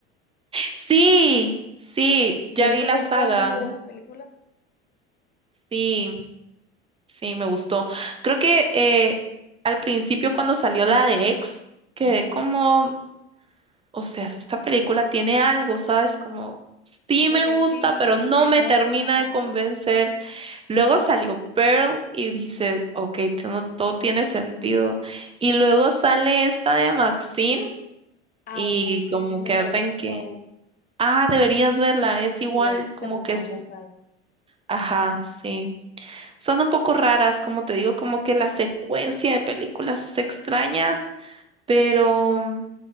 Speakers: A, on the right; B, on the left.
A: sí, sí, ya
B: ¿Cierto
A: vi la
B: que es
A: saga,
B: una muy buena película?
A: sí, sí, me gustó. Creo que eh, al principio cuando salió la de X, quedé
B: Ujú.
A: como... O sea, esta película tiene algo, ¿sabes? Como sí
B: Como
A: me
B: que
A: gusta,
B: sí,
A: pero
B: como
A: no
B: que
A: me
B: no.
A: termina
B: Ajá.
A: de convencer. Luego salió Pearl y dices, ok, todo, todo tiene sentido. Y luego sale esta de Maxine
B: Ah,
A: y
B: ok, sí,
A: como
B: no me
A: que
B: la
A: hacen
B: he visto
A: que,
B: aún.
A: ah, deberías verla, es igual,
B: Sí, hay que terminar
A: como que es,
B: la saga.
A: ajá, sí. Son un poco raras, como te digo, como que la secuencia de películas es extraña, pero